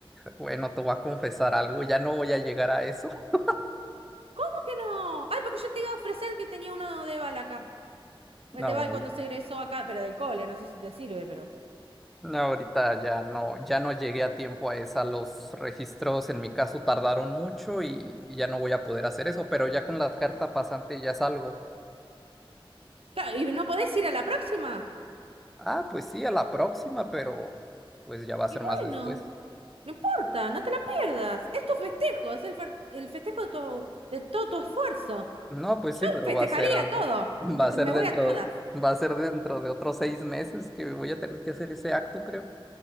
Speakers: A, in the centre; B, on the right.
A: bueno, te voy a confesar algo, ya no voy a llegar a eso. <laughs>
B: ¿Cómo que no? Ay, porque yo te iba a ofrecer que tenía uno de bal acá.
A: No,
B: El de bal cuando se egresó acá, pero del cole, no sé si te sirve, pero.
A: no, ahorita ya no, ya no llegué a tiempo a esa. Los registros en mi caso tardaron mucho y, y ya no voy a poder hacer eso, pero ya con la carta pasante ya salgo.
B: Claro, ¿y no podés ir a la próxima?
A: Ah, pues sí, a la próxima, pero pues ya va a ser
B: Y bueno,
A: más después.
B: no importa, no te la pierdas. Es tu festejo, es el, fer- el festejo de tu, de todo tu esfuerzo.
A: No, pues
B: Yo
A: sí, pero
B: festejaría
A: va a ser, a-
B: todo.
A: va
B: Me,
A: a
B: me
A: ser dentro,
B: voy a todas.
A: va a ser dentro de otros seis meses que voy a tener que hacer ese acto, creo.